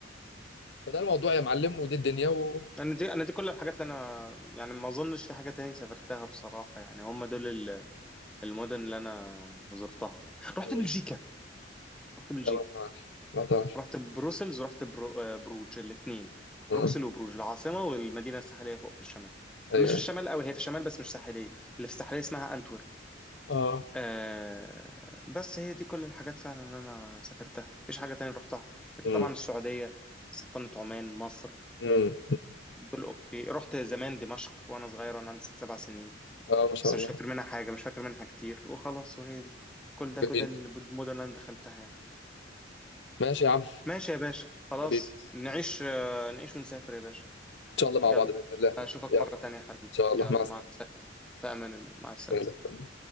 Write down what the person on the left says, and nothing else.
فده الموضوع يا معلم ودي الدنيا و
مم.
لا ما تعرفش ما تعرفش
آه.
ايوه
ايوه
اه
مم.
مم.
اه ما شاء
الله
جميل
ماشي يا عم
حبيبي
ان شاء الله مع
بعض باذن الله
يلا
ان
شاء الله
مع
السلامه